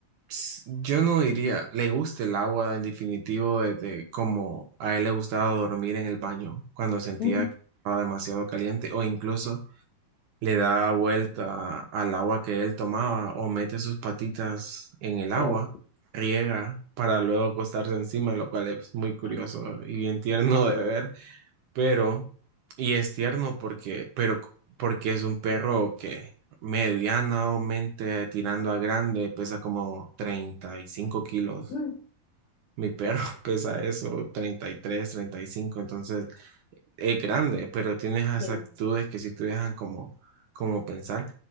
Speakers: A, on the right; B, on the left.
A: ps- yo no diría, le gusta el agua en definitivo, desde como a él le gustaba dormir en el baño cuando sentía
B: Mm.
A: que estaba demasiado caliente o incluso le daba vuelta al agua que él tomaba o mete sus patitas en el agua,
B: Oh,
A: riega para luego acostarse encima, lo cual es muy curioso
B: Ah,
A: y bien tierno de ver pero, y es tierno porque, pero porque es un perro que medianamente tirando a grande pesa como treinta y cinco kilos.
B: mm,
A: Mi perro <laughs> pesa eso, treinta treinta y tres treinta y cinco entonces es grande, pero tiene esas
B: sí,
A: actitudes que sí te dejan como, como pensar.